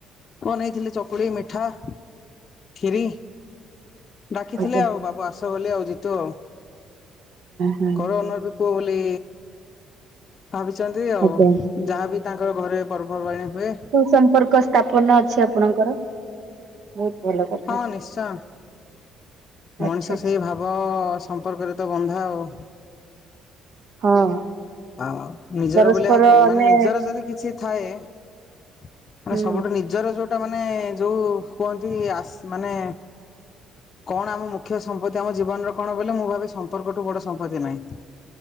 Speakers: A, on the left; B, on the right.
A: କଣ ନେଇଥିଲି ଚକୁଳି, ମିଠା। ଖିରି। ଡାକିଥିଲେ
B: ଆଜ୍ଞା ହଁ
A: ଆଉ ବାବୁ ଆସ ବୋଲି ଆଉ ଯିତୁ
B: ହଁ
A: ଘର ଓନ ପୁଅ ବୁଲି। ଭାବିଚନ୍ତି ଆଉ
B: ଆଜ୍ଞା
A: ଯାହାବି ତାଙ୍କର ଘରେ ପର୍ବ ପର୍ବାଣୀ ହୁଏ।
B: ସମ୍ପର୍କ। ସ୍ଥାପନ ଅଛି ଆପଣଙ୍କର। ବହୁତ ଭଲ କ
A: ହଁ ନିଶ୍ଚୟ। ମଣିଷ
B: ଆଚ୍ଛା ଆଚ୍ଛା
A: ସେଇ ଭାବ ସମ୍ପର୍କରେ ତ ବନ୍ଧା ଆଉ।
B: ହଁ।
A: ଆ ନିଜର
B: ପରସ୍ପର
A: ବୋଲି ଆଉ
B: ଆମେ
A: ମାନେ ନିଜର ଯଦି କିଛି ଥାଏ। ମାନେ
B: ହୁଁ
A: ସବୁଠୁ ନିଜର ଯୋଉଟା ମାନେ ଯୋଉ କୁହନ୍ତି ଆସ୍ ମାନେ। କଣ ଆମ ମୁଖ୍ୟ ସମ୍ପତ୍ତି ଆମ ଜୀବନର କଣ ବୋଇଲେ ମୁଁ ଭାବେ ସମ୍ପର୍କଠୁ ବଡ ସମ୍ପତ୍ତି ନାହିଁ।